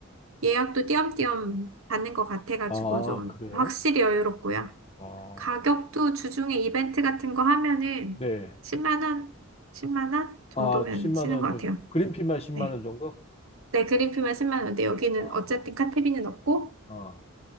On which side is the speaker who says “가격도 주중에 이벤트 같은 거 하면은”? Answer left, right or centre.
Right